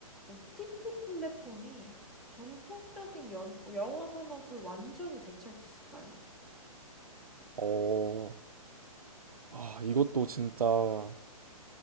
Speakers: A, in the centre; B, on the right (about 75°).
A: OTT 플랫폼이 전통적인 연, 영화 산업을 완전히 대체할 수 있을까요?
B: 어, 아, 이것도 진짜